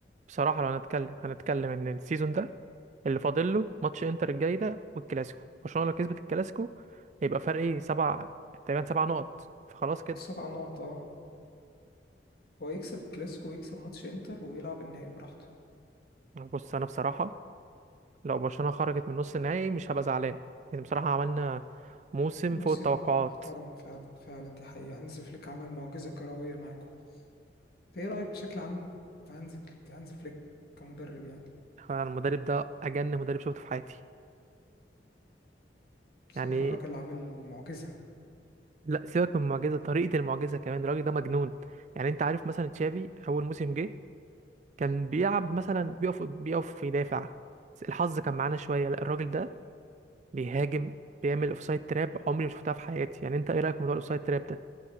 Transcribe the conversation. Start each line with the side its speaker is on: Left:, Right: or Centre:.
Right: بصراحة لو هنتكلم هنتكلم ان السيزون ده اللي فاضل له ماتش انتر الجاي ده والكلاسيكو برشلونة لو كسبت الكلاسيكو يبقى فرق ايه سبع تقريبا سبع نقط فخلاص كده
Left: سبع نقط اه هو يكسب الكلاسيكو ويكسب ماتش انتر ويلعب النهائي براحته
Right: بص انا بصراحة لو برشلونة خرجت من نص النهائي مش هبقى زعلان يعني بصراحة عملنا موسم
Left: موسم
Right: فوق التوقعات
Left: محترم فعلا فعلا دي حقيقة هانز فليك عمل معجزة كروية معاكم ايه رأيك بشكل عام في هانز هانز فليك كمدرب يعني
Right: أنا المدرب ده أجن مدرب شفته في حياتي
Left: بصراحة
Right: يعني
Left: الراجل عامل معجزة
Right: لا سيبك من المعجزة طريقة المعجزة كمان الراجل ده مجنون يعني أنت عارف مثلا تشافي أول موسم جه كان بيلعب مثلا بيقف بيقف يدافع الحظ كان معانا شوية لا الراجل ده بيهاجم بيعمل اوفسايد تراب عمري ما شفتها في حياتي يعني أنت إيه رأيك في موضوع الاوفسايد تراب ده